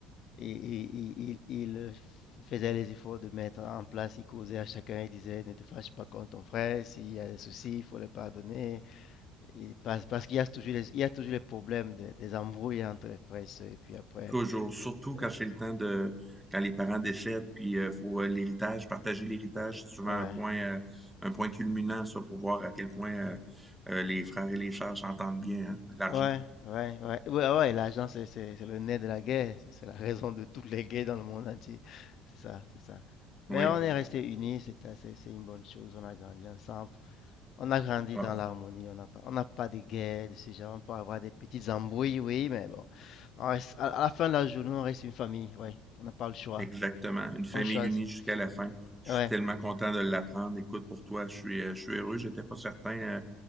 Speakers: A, on the left (about 50°); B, in the centre.
A: il, il- il- il- il, euh, faisait les efforts de mettre en place. Il causait à chacun, il disait, ne te fâche pas contre ton frère, s'il y a des soucis, il faut le pardonner. Et parce parce qu'il y a toujours les, il y a toujours les problèmes des, des embrouilles entre les frères et sœurs, et puis après,
B: Toujours, surtout
A: de-
B: quand c'est le temps de quand les parents décèdent, puis euh, faut euh, l'héritage, partager l'héritage, c'est souvent
A: ouais,
B: un point euh, un point culminant, ça, pour voir à quel point euh, euh, les frères et les sœurs s'entendent bien, hein, l'argent.
A: ouais, ouais, ouais, ouais, ah ouais, l'argent, c'est, c'est, c'est le nez de la guerre, c'est c'est la raison de toutes les guerres dans le monde entier, c'est ça, c'est ça.
B: Oui,
A: Mais on est restés unis, c'est assez- c'est une bonne chose, on a grandi ensemble, on a grandi
B: Ah,
A: dans l'harmonie, on n'a pas, on n'a pas de guerres de ce genre, on peut avoir des petites embrouilles, oui, mais bon, on reste- à, à la fin de la journée, on reste une famille, oui, on n'a pas le choix,
B: exactement. Une famille
A: on choisit,
B: unie jusqu'à la fin. Je
A: ouais.
B: suis tellement content de l'apprendre. Écoute, pour toi, je suis euh, je suis heureux. J'étais pas certain, euh,